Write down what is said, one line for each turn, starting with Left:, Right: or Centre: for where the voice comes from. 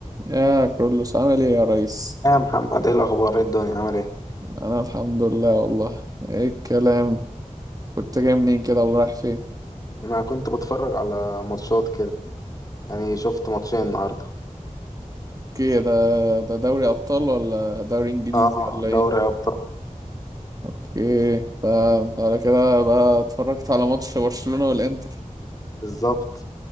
Right: يا كرولوس عامل ايه يا ريس
Left: يا محمد ايه الاخبار ايه الدنيا عامل ايه
Right: انا الحمد لله والله ايه الكلام كنت جاي منين كده ولا رايح فين
Left: انا كنت بتفرج على ماتشات كده يعني شفت ماتشين النهارده
Right: اوكي ده ده دوري ابطال ولا دوري انجليزي
Left: اه
Right: ولا ايه
Left: دوري ابطال
Right: اوكي ده انت على كده بقى اتفرجت على ماتش برشلونة والانتر
Left: بالظبط